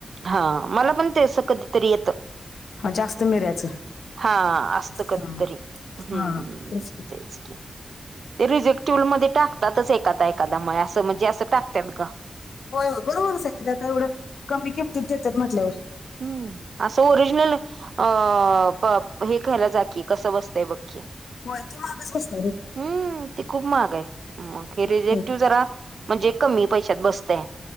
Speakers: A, on the right; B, on the left.
A: हा मला पण ते असं कधीतरी येतं.
B: हां जास्त मिऱ्याचं.
A: हां असतं कधीतरी,
B: हा.
A: हम्म
B: हा तेच की.
A: तेच की. ते रिजेक्टिवल मध्ये टाकतातच एखादा एखादा म ये असं म्हणजे असं टाकतात का?
B: होय होय बरोबरच हाय की मग आता एवढं कमी किमतीत देतात म्हंटल्यावर.
A: हम्म असं ओरिजनल अ प हे घ्यायला जाकी, कसं बसतंय बघ की.
B: होय ते महागच बसतंय हो.
A: हम्म ते खूप महाग आहे, मग हे
B: महाग
A: रिजेक्टिव
B: आहे.
A: जरा म्हणजे कमी पैशात बसतंय.